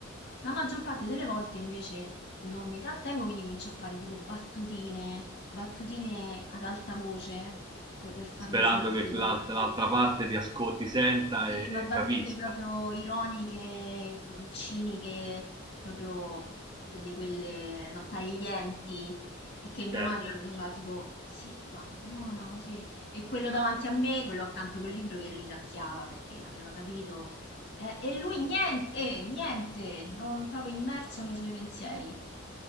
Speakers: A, on the left (about 55°); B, on the right (about 20°).
A: La maggior parte delle volte invece non mi trattengo, quindi comincio a fare tipo battutine, battutine ad alta voce per, per farmi
B: sperando
A: sentire.
B: che l'alt- l'altra parte ti ascolti, senta
A: Sì,
B: e,
A: ma
B: e
A: battute
B: capisca.
A: proprio ironiche, mh, ciniche, proprio di quelle no, taglienti e che mia
B: Certo,
A: madre faceva tipo zitta, buona così. E quello
B: <laughs>
A: davanti a me, quello accanto col libro che ridacchiava perché aveva capito. Eh, e lui niente, eh, niente, non- proprio immerso nei suoi pensieri.